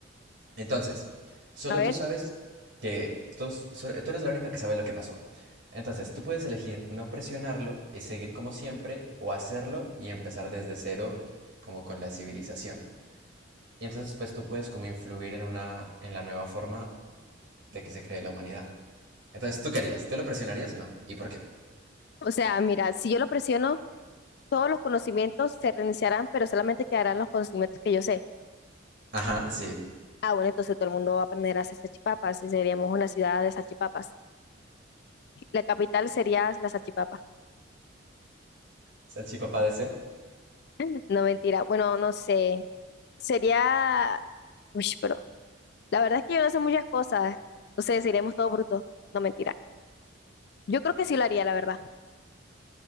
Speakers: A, on the right; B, on the left.
A: Entonces, solo
B: a ver.
A: tú sabes que tos- so- tú eres la única que sabe lo que pasó. Entonces, tú puedes elegir no presionarlo y seguir como siempre, o hacerlo y empezar desde cero, como con la civilización. Y entonces, pues tú puedes como influir en una, en la nueva forma de que se cree la humanidad. Entonces, ¿tú querías? ¿Tú lo presionarías o no? ¿Y por qué?
B: O sea, mira, si yo lo presiono, todos los conocimientos se reiniciarán, pero solamente quedarán los conocimientos que yo sé.
A: Ajá, sí.
B: Ah, bueno, entonces todo el mundo va a aprender a hacer salchipapas y seríamos una ciudad de salchipapas. La capital sería la salchipapa.
A: Salchipapa D C.
B: <laughs> No, mentira. Bueno, no sé. Sería... Uy, pero la verdad es que yo no sé muchas cosas. Entonces, seríamos todo bruto. No, mentira. Yo creo que sí lo haría, la verdad.